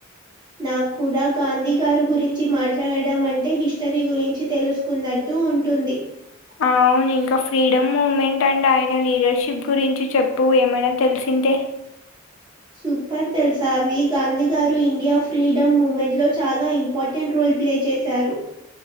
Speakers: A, on the right; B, on the left.
A: నాకు కూడా గాంధీ గారు గురించి మాట్లాడడం అంటే హిస్టరీ గురించి తెలుసుకో కున్నట్టు ఉంటుంది
B: అవును ఇంకా ఫ్రీడమ్ మూమెంట్ అండ్ ఆయన లీడర్షిప్ గురించి చెప్పు ఏమైనా తెలిసిందే
A: సూపర్ తెలిసావి Gandhi garu India freedom movement లో చాలా ఇం ఇంపార్టెంట్ రోల్ ప్లే చేశారు